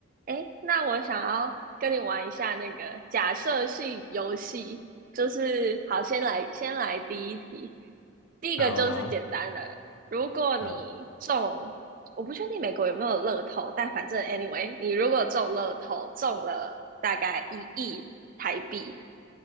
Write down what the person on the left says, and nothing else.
好啊好啊
好，